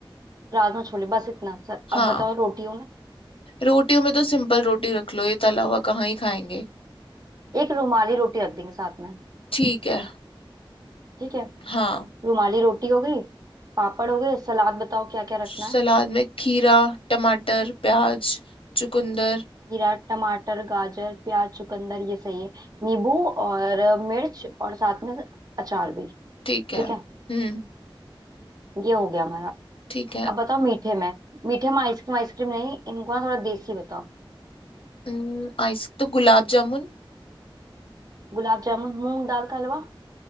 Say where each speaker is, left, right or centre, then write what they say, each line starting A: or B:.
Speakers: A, on the right; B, on the left.
A: राजमा छोले बस इतना सर
B: हाँ
A: अब बताओ रोटियों में
B: रोटियों में तो सिंपल रोटी रख लो ये तला हुआ कहाँ ही खाएंगे
A: एक रुमाली रोटी रख देंगे साथ में
B: ठीक है
A: ठीक है
B: हाँ
A: रुमाली रोटी हो गई पापड़ हो गए सलाद बताओ क्या क्या रखना
B: सलाद
A: है
B: में खीरा टमाटर प्याज चुकंदर
A: खीरा टमाटर गाजर प्याज चुकंदर ये सही है नींबू और मिर्च और साथ में अचार भी
B: ठीक है
A: ठीक है
B: हम्म
A: ये हो गया हमारा
B: ठीक है
A: अब बताओ मीठे में मीठे में आइसक्रीम आइसक्रीम नहीं इनको ना थोड़ा देसी बताओ
B: हम्म, आइस तो गुलाब जामुन
A: गुलाब जामुन मूंग दाल का हलवा